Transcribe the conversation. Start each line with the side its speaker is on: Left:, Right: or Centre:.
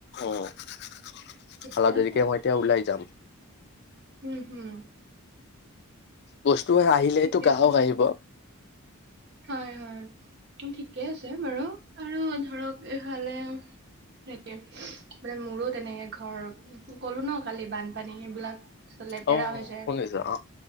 Left: অঁ, <unintelligible>
Right: ঠিকে
Left: অলপ
Right: আছে,
Left: দেৰিকে মই এতিয়া ওলাই যাম।
Right: উম হুম।
Left: বস্তু আহিলেহেটো
Right: ঠিকে
Left: গাহক
Right: আছে,
Left: আহিব।
Right: হয় হয় ঠিকে আছে বাৰু, আৰু ধৰক এইফালে সে মানে মোৰো তেনেকে ঘৰ কলো ন কালি বানপানী সেইবিলাক চ লেতেৰা
Left: অ
Right: হৈছে
Left: শুনিছো অ